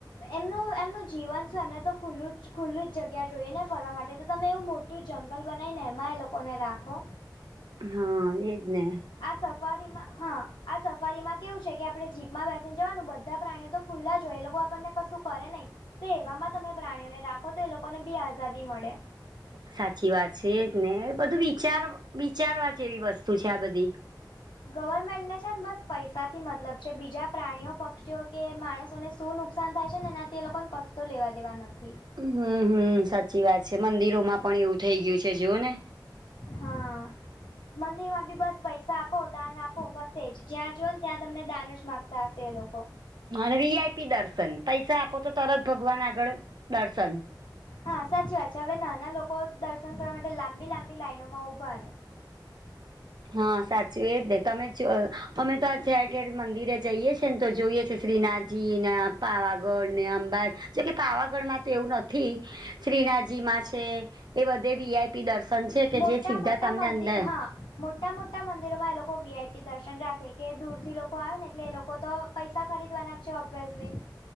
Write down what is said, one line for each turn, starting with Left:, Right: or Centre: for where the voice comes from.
Left: એમનું એમનું જીવન શું એમને તો ખુલ્લું જ ખુલ્લું જ જગ્યા જોઈએ ને ફરવા માટે તો તમે એવું મોટું જંગલ બનાવીને એમાં એ લોકોને રાખો
Right: હા એ જને
Left: આ સફારીમાં હા આ સફારીમાં કેવું છે કે આપણે જીપમાં બેસી જવાનું બધા પ્રાણીઓ તો ખુલ્લા જ હોએ એ લોકો આપણને કશું કરે નહીં તો એવામાં તમે પ્રાણીઓને રાખો તો એ લોકોને બી આઝાદી મળે
Right: સાચી વાત છે ને બધું વિચાર વિચારવા જેવી વસ્તુ છે આ બધી
Left: ગવર્મેન્ટને છે ને બસ પૈસાથી મતલબ છે બીજા પ્રાણીઓ પક્ષીઓ કે માણસોને શું નુકસાન થાય છે ને એનાથી એ લોકોને કશો લેવા દેવા નથી
Right: હમ હમ સાચી વાત છે મંદિરોમાં પણ એવું થઈ ગયું છે જુઓ ને
Left: હા મંદિર માં બી બસ પૈસા આપો દાન આપો બસ જ જ્યાં જો ને ત્યાં તમને દાન જ માગતા હશે એ લોકો
Right: અને વીઆઈપી દર્શન પૈસા આપો તો તરત ભગવાન આગળ દર્શન
Left: હા સાચી વાત છે હવે નાના લોકો દર્શન કરવા માટે લાંબી લાંબી લાઈનો માં ઊભા
Right: હા સાચું એજ ને તમે અમે તો આ ઠેર ઠેર મંદિરે જઈએ છેએ ને તો જોઈએ છે શ્રીનાથ જી ને પાવાગઢ ને અંબાજી જે કે પાવાગઢ માં તો એવું નથી શ્રીનાથજી માં છે એ બધે વીઆઈપી દર્શન છે
Left: મોટા
Right: કે જે સીધા
Left: મોટા
Right: તમને
Left: મંદિર
Right: અંદર
Left: હા મોટા મોટા મંદિરોમાં એ લોકો વીઆઈપી દર્શન રાખે કે દૂર થી લોકો આવે ને એટલે એ લોકો તો પૈસા ખરીદવાના છે ઓબ્વિયસ